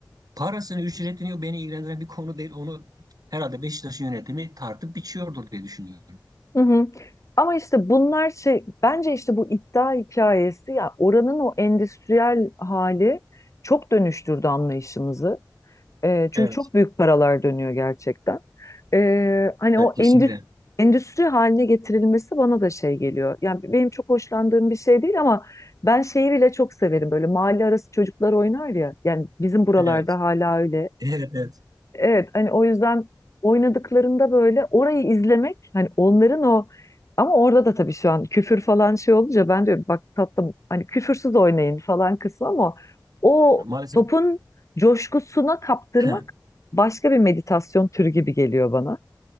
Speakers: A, on the right; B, on the left.
A: parasını, ücretini beni ilgilendiren bir konu değil. Onu herhalde Beşiktaş'ın yönetimi tartıp biçiyordur diye düşünüyorum.
B: hı hı. Ama işte bunlar şey bence işte bu iddia hikayesi ya oranın o endüstriyel hali çok dönüştürdü anlayışımızı. E, çünkü
A: Evet,
B: çok büyük paralar dönüyor gerçekten. E, hani
A: evet
B: o
A: kesinlikle.
B: endüstri, endüstri haline getirilmesi bana da şey geliyor. Yani benim çok hoşlandığım bir şey değil ama ben şeyi bile çok severim. Böyle mahalle arası çocuklar oynar ya. Yani bizim buralarda
A: Evet.
B: hala öyle.
A: Evet, evet.
B: Evet hani o yüzden oynadıklarında böyle orayı izlemek hani onların o ama orada da tabii şu an küfür falan şey olunca ben diyorum bak tatlım hani küfürsüz oynayın falan kısmı ama o
A: Maalesef
B: topun coşkusuna kaptırmak
A: <clears throat>
B: başka bir meditasyon türü gibi geliyor bana.